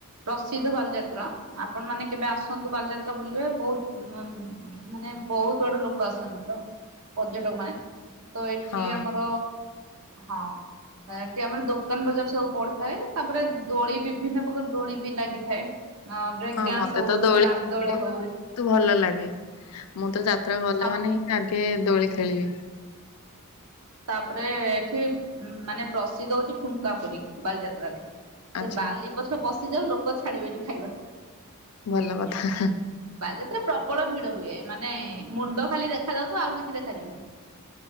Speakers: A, on the right (about 80°); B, on the left (about 80°).
A: ପ୍ରସିଦ୍ଧ ବାଲିଯାତ୍ରା ଆପଣ ମାନେ କେବେ ଆସନ୍ତୁ ବାଲିଯାତ୍ରା ବୁଲିବେ ବହୁତ୍ ଉମ୍ ମାନେ ବହୁତ୍ ଆଡୁ ଲୋକ ଆସନ୍ତି ତ ପର୍ଯ୍ୟଟକ ମାନେ। ତ ଏଠି
B: ହଁ
A: ଆମର ହଁ ଏଠି ଆମର ଦୋ ଦୋକାନ ବଜାର ସବୁ ପଡିଥାଏ ତାପରେ ଦୋଳି ବିଭିନ୍ନ ପ୍ରକାର ଦୋଳି ବି ଲାଗିଥାଏ। ହଁ ବ୍ରେକ୍ ଡ୍ୟାନ୍ସ
B: ମତେ
A: ହଉ
B: ତ
A: କି ରାମ୍
B: ଖେଳିବାକୁ
A: ଦୋଳି ହଉ
B: ଭଲ ଲାଗେ। ମୁଁ ତ ଯାତ୍ରା ଗଲା
A: ସବ୍
B: ମାନେ ହିଁ ଆଗେ ଦୋଳି ଖେଳିବି।
A: ତାପରେ ଏଠି ମାନେ ପ୍ରସିଦ୍ଧ ହଉଚି ଠୁଙ୍କା ପୁରୀ ବାଲିଯାତ୍ରାରେ। ସେ
B: ଆଚ୍ଛା।
A: ବାଲି ପଛେ ପଶି ଯାଉ ଲୋକ ଛାଡିବେନି ଖାଇବା।
B: ଭଲ କଥା।
A: ବାଲିଯାତ୍ରା ପ୍ରବଳ ଭିଡ ହୁଏ ମାନେ ମୁଣ୍ଡ ଖାଲି ଦେଖାଯାଉଥିବ ଆଉ କିଛି ଦେଖାଯିବନି।